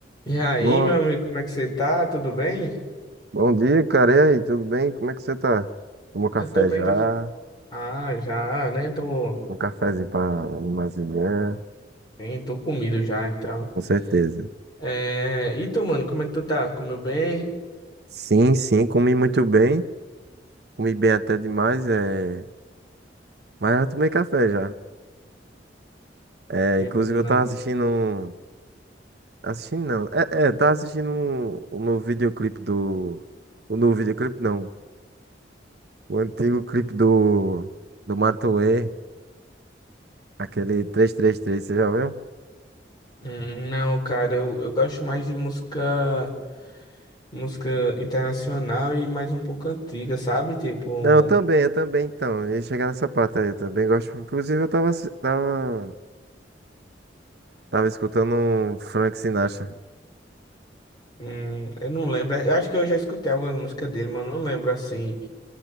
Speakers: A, on the left; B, on the right.
A: E aí,
B: Bom,
A: meu amigo, como é que você tá? Tudo bem?
B: bom dia, cara. E aí, tudo bem? Como é que você tá? Tomou café
A: Eu tô bem.
B: já?
A: gra- Ah, já, né? Tô,
B: Um cafezinho pra animar as ideias?
A: sim, tô comido já, então.
B: Com certeza.
A: É... E tu, mano, como é que tu tá? Comeu bem?
B: Sim, sim, comi muito bem. Comi bem até demais, é... mas eu tomei café já. É,
A: Que
B: inclusive
A: bom, mano.
B: eu tava assistindo... um- Assistindo não. É, é, tava assistindo um, um novo videoclipe do... O novo videoclipe não. O antigo clipe do... Do Matuê, aquele 333, você já viu?
A: Hum, Não, cara, eu, eu gosto mais de música, música internacional e mais um pouco antiga, sabe? Tipo,
B: Não, eu também, eu também, então. Eu Ia chegar nessa parte aí, eu também gosto. Inclusive, eu tava, assi- tava, tava escutando um Frank Sinatra.
A: hum, eu não lembro. Eu acho que eu já escutei algumas músicas dele, mas eu não lembro, assim,